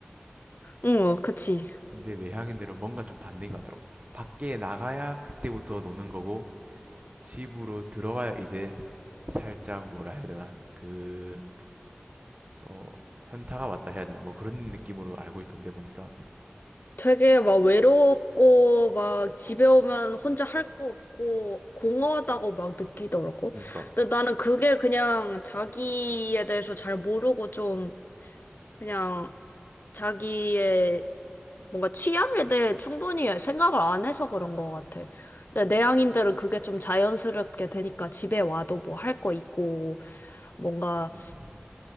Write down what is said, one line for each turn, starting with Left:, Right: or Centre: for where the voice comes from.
Left: 응, 어, 그치.
Right: 근데 외향인들은 뭔가 좀 반대인 거 같더라고. 밖에 나가야 그때부터 노는 거고 집으로 들어와야 이제 살짝 뭐라 해야 되나 그 어, 현타가 왔다 해야 되나 뭐 그런 느낌으로 알고 있던데 보니까
Left: 되게 막 외롭고 막 집에 오면 혼자 할 거 없고 공허하다고 막 느끼더라고.
Right: 그러니까
Left: 근데 나는 그게 그냥 자기에 대해서 잘 모르고 좀 그냥 자기의 뭔가 취향에 대해 충분히 생각을 안 해서 그런 것 같아. 근데 내향인들은 그게 좀 자연스럽게 되니까 집에 와도 뭐 할 거 있고 뭔가
Right: 음,